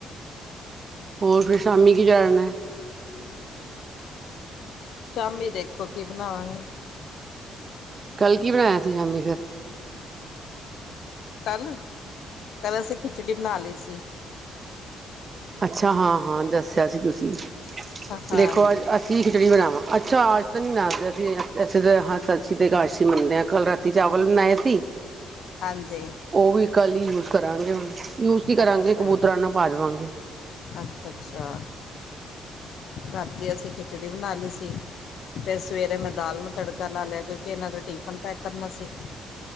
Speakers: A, on the right; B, on the left.
A: ਹੋਰ ਫਰ ਸ਼ਾਮੀ ਕੀ ਜਾਣਨਾ।
B: ਸ਼ਾਮੀ ਦੇਖੋ ਕੀ ਬਣਾਵਾਂਗੇ।
A: ਕੱਲ ਕੀ ਬਣਾਇਆ ਸੀ ਸ਼ਾਮੀ ਫਿਰ
B: ਕੱਲ, ਕੱਲ੍ਹ ਅਸੀਂ ਖਿਚੜੀ ਬਣਾ ਲਈ ਸੀ।
A: ਅੱਛਾ ਹਾਂ-ਹਾਂ, ਦੱਸਿਆ ਸੀ ਤੁਸੀਂ
B: ਹਾਂਜੀ
A: ਦੇਖੋ ਅੱਜ-ਅ ਕੀ ਖਿਚੜੀ ਬਣਾਵਾਂ। ਅੱਛਾ ਅੱਜ ਤਾਂ ਨਹੀਂ ਬਣਾਦੇ ਅਸੀਂ ਤੇ ਹਾਂ ਅਸੀਂ ਤੇ ਇੱਕਾਰਸੀ ਮੰਨਦੇ ਆ। ਕੱਲ ਰਾਤ ਰਾਤੀ ਚਾਵਲ ਬਣਾਏ ਸੀ।
B: ਹਾਂਜੀ।
A: ਉਹ ਵੀ ਕੱਲ ਹੀ ਯੂਜ ਕਰਾਂਗੇ ਹੁਣ ਯੂਜ ਹੀ ਕਰਾਂਗੇ
B: ਅੱਛਾ
A: ਕਬੂਤਰਾਂ ਨੂੰ ਪਾ ਦੇਵਾਂਗੇ।
B: ਅੱਛਾ ਅੱਛਾ, ਰਾਤੀ ਅਸੀਂ ਖਿਚੜੀ ਬਣਾ ਲਈ ਸੀ। ਫਿਰ ਸਵੇਰੇ ਮੈਂ ਦਾਲ ਨੂੰ ਤੜਕਾ ਲਾ ਲਿਆ ਕਿਉਂਕਿ ਇਹਨਾਂ ਦਾ ਟਿਫਨ ਪੈਕ ਕਰਨਾ ਸੀ।